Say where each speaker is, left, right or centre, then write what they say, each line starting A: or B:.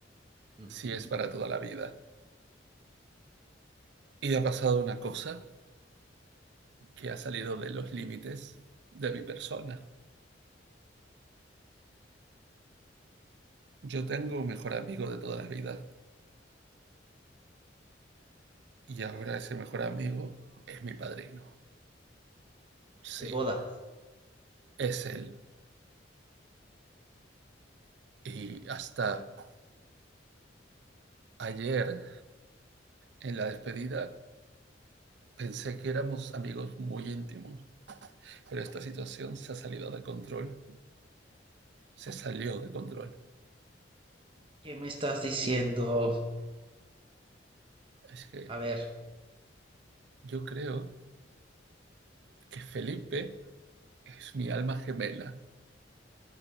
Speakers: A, on the right; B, on the right.
A: Ujú.
B: si es para toda la vida. Y ha pasado una cosa que ha salido de los límites de mi persona. Yo tengo un mejor amigo de toda la vida y ahora ese mejor amigo es mi padrino. Sí,
A: De boda.
B: es él. Y hasta ayer, en la despedida, pensé que éramos amigos muy íntimos, pero esta situación se ha salido de control, se salió de control.
A: ¿Qué me estás diciendo?
B: Y es que
A: A ver,
B: yo creo que Felipe es mi alma gemela.